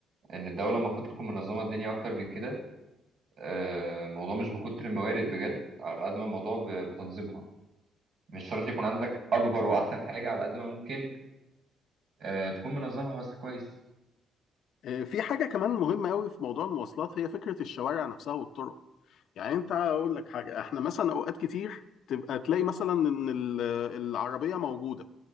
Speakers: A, on the right; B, on the left.
A: ان الدوله المفروض تكون منظمه الدنيا اكتر من كده آه، الموضوع مش بكتر الموارد بجد على قد ما الموضوع ب... بتنظيمها مش شرط يكون عندك اكبر واحسن حاجه على قد ما ممكن آه، تكون منظمها بس كويس
B: آه، في حاجه كمان مهمه قوي في موضوع المواصلات هي فكره الشوارع نفسها والطرق يعني انت اقول لك حاجه احنا مثلا اوقات كتير تبقى تلاقي مثلا ان ال- العربيه موجوده